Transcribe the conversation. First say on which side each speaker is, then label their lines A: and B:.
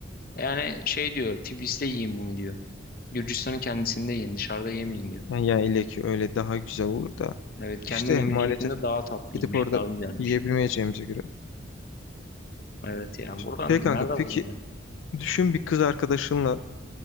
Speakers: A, on the left; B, on the left.
A: Yani şey diyor Tiflis'te yiyin bunu diyor. Gürcistan'ın kendisinde yiyin dışarıda yemeyin diyor.
B: Yani ya ile ki öyle daha güzel olur da.
A: Evet kendi
B: İşte
A: memleketinde
B: maalesef
A: daha tatlıymış
B: gidip orada
A: daha güzelmiş.
B: yiyebilmeyeceğimize göre.
A: Evet yani buradan
B: Şey
A: nerede
B: kanka peki
A: bulacaksın?
B: Düşün bir kız arkadaşınla